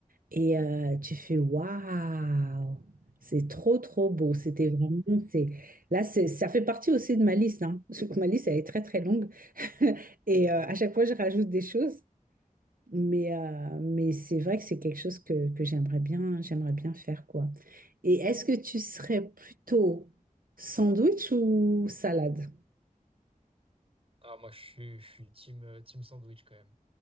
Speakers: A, on the right; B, on the right.
A: Et euh, tu fais waouh, c'est trop trop beau. C'était vraiment c'est là c'est ça fait partie aussi de ma liste hein. Parce que ma liste elle est très très longue <laughs> et euh, à chaque fois je rajoute des choses. Mais euh, mais c'est vrai que c'est quelque chose que, que j'aimerais bien j'aimerais bien faire quoi. Et est-ce que tu serais plutôt sandwich ou salade?
B: Ah, moi, je suis je suis team euh, team sandwich quand même.